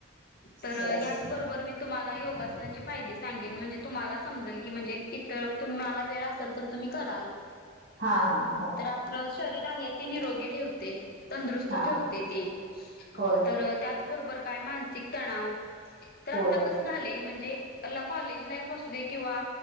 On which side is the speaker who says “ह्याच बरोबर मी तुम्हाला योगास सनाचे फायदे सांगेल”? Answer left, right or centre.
Left